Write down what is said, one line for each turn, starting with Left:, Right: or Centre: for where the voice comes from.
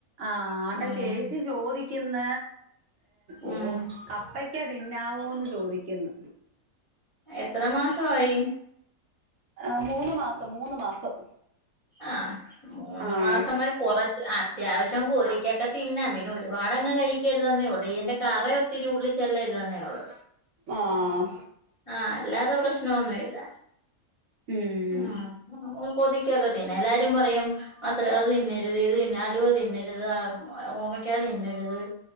Right: ആഹ ആടെ
Left: ഉം
Right: ചേച്ചി ചോദിക്കുന്ന
Left: ഉം
Right: ഓ കപ്പയ്ക്ക തിന്നാവോന്ന് ചോദിക്കുന്നു
Left: എത്ര മാസ ആയി?
Right: ആ മൂന്ന് മാസം മൂന്ന് മാസം
Left: ആ മൂന്ന്
Right: ആ
Left: മാസം വരെ കുറച്ച് അത്യാവശ്യം കോതിക്കക്കെ തിന്നാ പിന്നെ ഒരുപാട് അങ്ങ് കഴിക്കരുത് തന്നേ ഉള്ളൂ ഇതിന്റെ കറയ ഒത്തിരി ഉള്ളി ചെല്ലരുത് തന്നേ ഉള്ളൂ.
Right: ഏഹ
Left: ആഹ അല്ലാതെ പ്രശ്നൊന്നുമല്ല
Right: ഉം
Left: ഉ ആ നമ്മ കൊതിക്കുവൊക്കെ തിന്നാ എല്ലാരും പറയും അത്ര അത് തിന്നരുത് ഇത് തിന്ന അലുവ തിന്നരുത് ഓമയ്ക്കാ തിന്നരുത്